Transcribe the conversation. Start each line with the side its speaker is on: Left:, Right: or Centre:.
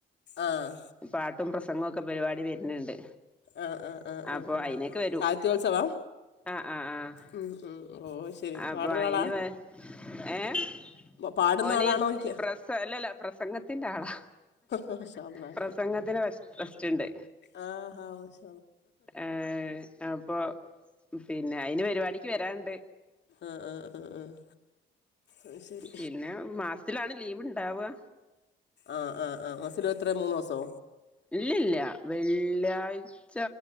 Left: ആഹ്
Centre: പാട്ടും പ്ര പ്ര സംംഗമൊക്കെ പരിപാടി വരുന്നുണ്ട്
Left: ആഹ ആഹ ആഹ
Centre: അപ്പൊ
Left: ആഹ
Centre: അയിനൊക്കെ
Left: ആ
Centre: വരും
Left: സാഹിത്യോത്സവാ
Centre: ആഹ് ആഹ് ആഹ്
Left: ഉ ഉ ഓ ശരി
Centre: അപ്പൊ
Left: പാടുന്ന
Centre: അയിന്
Left: കാാടാ
Centre: വ ഏഹ്
Left: പാടുന്ന
Centre: ഓന്
Left: ആളാണോിക്ക
Centre: പ്രസ അല്ലല്ല പ്രസംഗത്തിന്റെ ആളാ
Left: മാഷാ അല്ലാഹ്
Centre: പ്രസംഗത്തിന് ട്രസ്റ്റ് ഉണ്ട്
Left: ആഹ്ഹ ഉശ
Centre: ഏഹ് അപ്പൊ പിന്നെ അയിന് പരിപാടിക്ക് വരണ്ട്
Left: ആഹ് ആഹ് ആഹ് ആഹ് അത് ശരി
Centre: പിന്നെ മാസത്തിലാണ് ലീവ് ഇണ്ടാവുക
Left: ആആ ആ മസിലോ എത്രയോ മൂന്ന് ദിവസോ
Centre: ഇല്ലല്ല വെള്ളിയാഴ്ച